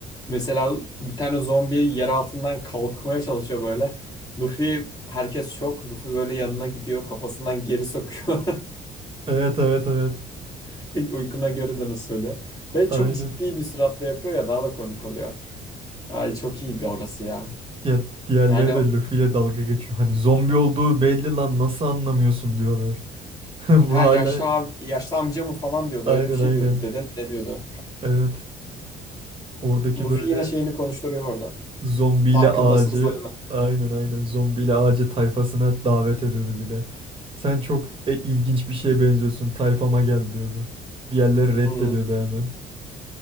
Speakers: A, on the left (about 20°); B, on the right (about 30°).
A: Mesela bir tane zombi yer altından kalkmaya çalışıyor böyle. Luffy herkes şok. Luffy böyle yanına gidiyor kafasından geri sokuyor.
B: Evet evet evet.
A: <laughs> Uykuna görüden usulü. Ve
B: Aynen.
A: çok ciddi bir suratla yapıyor ya daha da komik oluyor. Ay çok iyiydi orası ya.
B: Ya diğerleri
A: Yani
B: de Luffy ile dalga geçiyor. Hani zombi olduğu belli lan nasıl anlamıyorsun diyorlar. <laughs> Bu
A: ha
B: hala
A: yaşlı, ab- yaşlı amca mı falan diyordu.
B: aynen
A: Öyle bir şey
B: aynen.
A: diyordu. Dede mi ne diyordu.
B: Evet. Oradaki
A: Luffy
B: böyle
A: yine şeyini konuşturuyor orada.
B: zombiyle
A: Farkındasızlığını.
B: ağacı aynen aynen zombiyle ağacı tayfasına davet ediyordu bir de. Sen çok e, ilginç bir şeye benziyorsun tayfama gel diyordu. Diğerleri reddediyordu
A: Hı.
B: hemen.